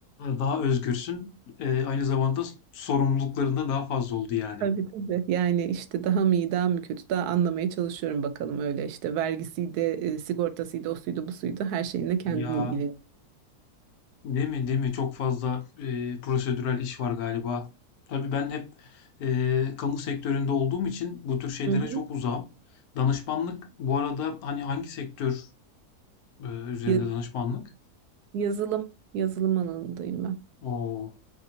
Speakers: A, on the left; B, on the right.
A: Daha özgürsün. Eee, aynı zamanda sorumlulukların da daha fazla oldu yani.
B: Tabii tabii. Yani işte daha mı iyi, daha mı kötü, daha anlamaya çalışıyorum bakalım öyle işte vergisiydi, e, sigortasıydı, o suydu, bu suydu, her şeyinle kendini
A: Ya
B: ilgili.
A: Değil mi? Değil mi? Çok fazla e, prosedürel iş var galiba. Tabii ben hep e, kamu sektöründe olduğum için bu tür şeylere
B: Hı hı.
A: çok uzağım. Danışmanlık bu arada hani hangi sektör e, üzerinde
B: Ya-
A: danışmanlık?
B: yazılım, yazılım alanındayım ben.
A: O